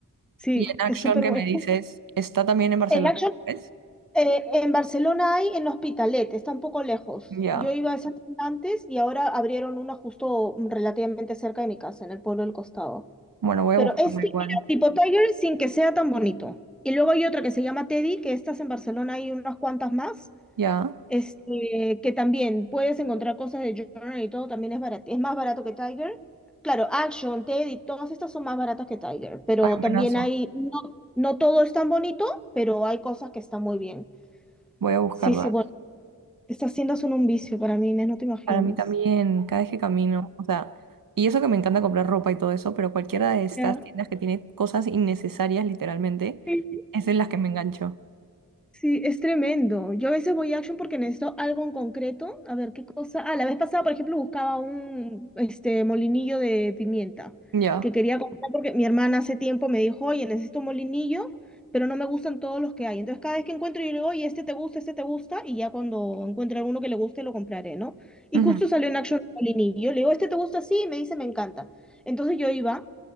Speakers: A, in the centre; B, on the right.
A: Sí,
B: Y en
A: es
B: Action
A: súper
B: que
A: bueno.
B: me dices, está también en Barcelona,
A: En Action
B: ¿ves?
A: Eh, en Barcelona hay en Hospitalet, está un poco lejos.
B: Ya.
A: Yo iba a esa tienda antes y ahora abrieron una justo mm, relativamente cerca de mi casa, en el pueblo del costado.
B: Bueno, voy
A: Pero
B: a buscarla
A: es ti-
B: igual.
A: mira, tipo Tiger sin que sea tan bonito. Y luego hay otra que se llama Teddy, que estas en Barcelona hay unas cuantas más,
B: Ya.
A: este, que también puedes encontrar cosas de Journal y todo, también es barato, es más barato que Tiger. Claro, Action, Teddy, todas estas son más baratas que Tiger, pero
B: Ay,
A: también
B: buenazo.
A: hay, no, no todo es tan bonito, pero hay cosas que están muy bien.
B: Voy a buscarla.
A: Sí, sí, bueno. Estas tiendas son un vicio para mí, Inés, no te imaginas.
B: Para mí también, cada vez que camino, o sea, y eso que me encanta comprar ropa y todo eso, pero cualquiera de estas
A: Ya.
B: tiendas que tiene cosas innecesarias, literalmente,
A: Sí, sí,
B: es en las que me engancho.
A: sí, es tremendo. Yo a veces voy a Action porque necesito algo en concreto. A ver qué cosa. Ah, la vez pasada, por ejemplo, buscaba un este molinillo de pimienta
B: Ya.
A: que quería comprar porque mi hermana hace tiempo me dijo, oye, necesito un molinillo, pero no me gustan todos los que hay. Entonces, cada vez que encuentro, yo le digo, oye, este te gusta, este te gusta, y ya cuando encuentre alguno que le guste, lo compraré, ¿no? Y
B: Ujú.
A: justo salió en Action un molinillo. Le digo, este te gusta, sí, y me dice, me encanta. Entonces yo iba.